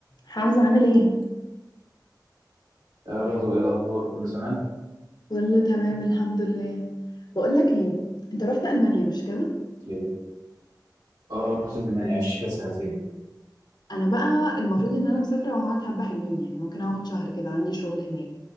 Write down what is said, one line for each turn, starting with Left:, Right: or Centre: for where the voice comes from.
Left: حمزة عامل ايه؟
Right: يا رضوى ايه الاخبار كله تمام
Left: كله تمام الحمد لله بقول لك ايه انت رحت المانيا مش كده
Right: ايه اه رحت المانيا عشت فيها سنتين
Left: انا بقى المفروض ان انا مسافره وهقعد حبه حلوين يعني ممكن اقعد شهر كده عندي شغل هناك